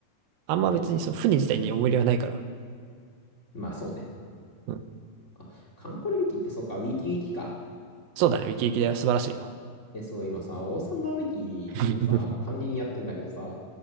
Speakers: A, on the right; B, on the left.
A: あんま別にその船自体に思い入れはないから。
B: あ、てかそうか。まあそうね。
A: うん。
B: あ、カンコレウィキってそうか、ウィキウィキか。
A: そうだね。ウキウキだよ。素晴らしいよ。
B: え、そう、今さ、オーサンダーウィキのさ、
A: <laughs>
B: 管理人やってんだけどさ、